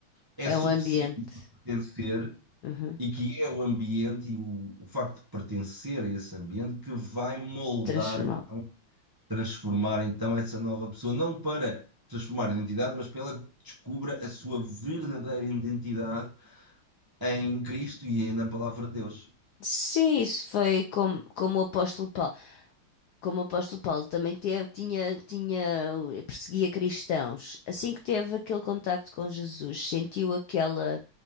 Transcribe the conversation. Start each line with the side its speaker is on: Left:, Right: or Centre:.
Right: é
Left: É
Right: suficiente
Left: um ambiente
Right: para pertencer
Left: uhum,
Right: e que é o ambiente e o, o facto de pertencer a esse ambiente que vai moldar,
Left: transformá
Right: então, transformar então essa nova pessoa, não para transformar a identidade, mas para ela que descubra a sua verdadeira identidade em Cristo e na palavra de Deus.
Left: Sim, isso foi como, como o apóstolo Paulo. Como o apóstolo Paulo também teve, tinha, tinha, perseguia cristãos. Assim que teve aquele contacto com Jesus, sentiu aquela,